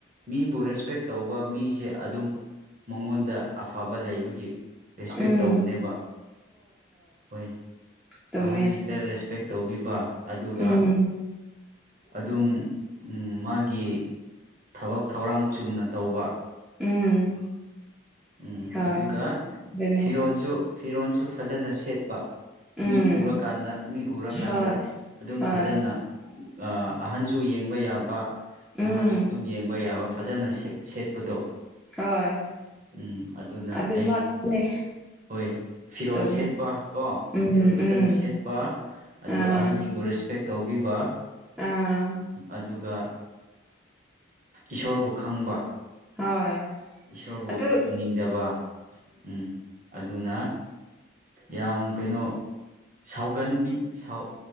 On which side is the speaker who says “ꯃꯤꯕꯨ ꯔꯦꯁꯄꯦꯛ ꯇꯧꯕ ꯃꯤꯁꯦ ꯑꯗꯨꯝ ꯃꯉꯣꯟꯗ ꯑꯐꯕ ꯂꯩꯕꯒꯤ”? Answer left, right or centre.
Right